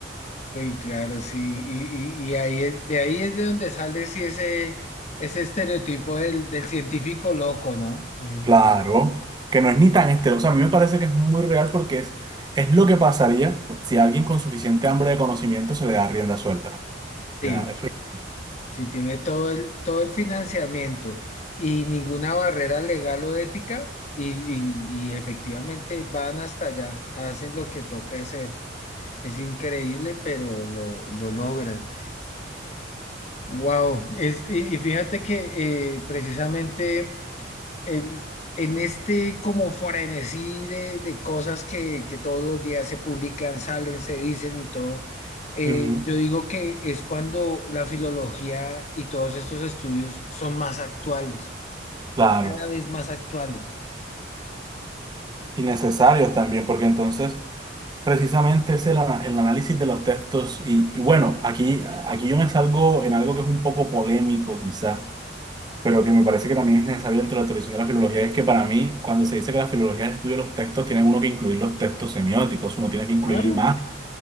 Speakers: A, on the left; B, on the right.
A: Uy, claro, sí. Y, y- y ahí es, de ahí es de donde sale sí, ese, ese estereotipo del, del científico loco, ¿no? El-
B: Claro, que no es ni tan estereoso. A mí me parece que es muy real porque es, es lo que pasaría si a alguien con suficiente hambre de conocimiento se le da rienda suelta.
A: sí,
B: Ya, eso es-
A: sí, tiene todo el, todo el financiamiento y ninguna barrera legal o ética y, y- y efectivamente van hasta allá, hacen lo que toca hacer. Es increíble, pero lo, lo logran. Wow, es, y, y fíjate que eh, precisamente... el, en este como frenesí de, de cosas que, que todos los días se publican, salen, se dicen y todo, eh,
B: Ujú,
A: yo digo que es cuando la filología y todos estos estudios son más actuales,
B: Claro,
A: cada vez más actuales.
B: y necesarios también, porque entonces precisamente es el, ana- el análisis de los textos. Y, y bueno, aquí, aquí yo me salgo en algo que es un poco polémico quizá, pero que me parece que también es necesario dentro de la tradición de la filología, es que para mí, cuando se dice que la filología estudia los textos, tiene uno que incluir los textos semióticos, uno tiene que incluir
A: Claro.
B: la imagen.